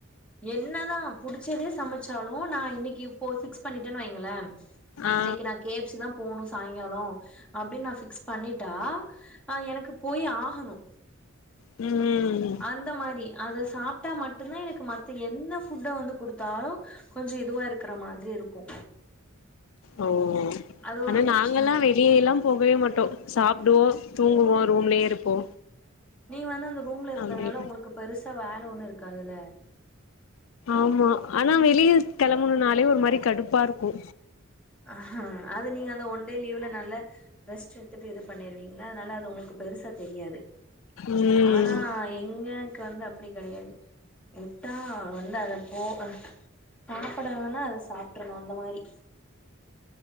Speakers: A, in the centre; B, on the left.
A: என்னதா புடுச்சதே சமச்சாலு நா இன்னெக்கி இப்போ ஃபிக்ஸ் பண்ணிட்டேன்னு வைங்களே
B: ஆ
A: இன்னெக்கி நா கே யஃப் சி தா போணு சாய்ங்காலோ அப்டின் நா ஃப்க்ஸ் பண்ணிட்டா ஆ எனக்கு போயி ஆகணு
B: ம்
A: அந்த மாரி அத சாப்ட்டா மட்டு்ந்தா எனக்கு மத்த என்ன ஃபுட்ட வந்து குடுத்தாலு கொஞ்சொ இதுவா இருக்குற மாதிரி இருக்கு
B: ஓ
A: அது
B: ஆனா
A: ஒரு பிரச்சன
B: நாங்கெல்லா வீ வெளியே எல்லாம் போகவே மாட்டோ சாப்டுவோ தூங்குவோ ரூம்லெயே இருப்போ
A: நீங்க வந்து அந்த ரூம்ல இருக்கறனால
B: அப்டி
A: உங்களுக்கு பெருசா வேல ஒண்ணு இருக்காதில்ல
B: ஆமா ஆனா வெளிய கெளம்பனுன்னாளே ஒரு மாரி கடுப்பா இருக்கு
A: ஆ ஆ அது நீங்க அந்த வன்டே லீவ்ல நல்ல ரெஸ்ட் எடுத்துட்டு இது பண்ணிருவீங்ல்ல அதனால அது உங்களுக்கு பெருசா தெரியாது
B: ம்
A: ஆனா எங்கக்கு வந்து அப்டி கெடையாது உட்டா வந்து அத போ அ சாப்பட வேணா அத சாப்ட்டறனு அந்த மாரி